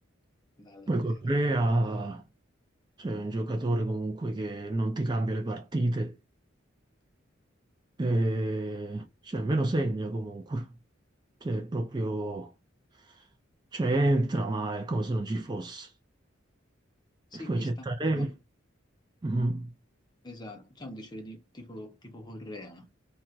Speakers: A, on the left; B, on the right.
A: No, davvero.
B: Poi Correa,
A: Sì,
B: cioè, è un giocatore comunque che non ti cambia le partite. E,
A: no.
B: cioè, me lo segna comunque. Cioè, è proprio... Cioè, entra, ma è come se non ci fosse.
A: Sì,
B: E poi
A: questa,
B: c'è Taremi.
A: ma
B: Mhm.
A: esatto, c'è un dicere di, tipo, tipo Correa,